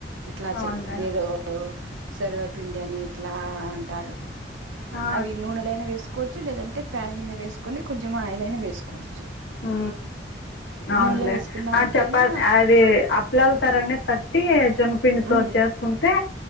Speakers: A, on the right; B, on the left.
A: ఇట్లా
B: అవునులే
A: చెప్ ఏదో సర్వే పిండి అని ఇట్లా అంటారు.
B: ఆ,
A: అవి నూనెలైనా వేసుకోవచ్చు లేదంటే ప్యాన్ మీద వేసుకొని కొంచెం ఆయిల్ అయినా వేసుకోవచ్.
B: ఉ అవునులే
A: నూనెలో వేసుకున్నామంటేనా
B: ఆ చెప్ప అది అప్లాల తరానే తట్టి జొన్పిండితో
A: ఉమ్
B: చేసుకుంటే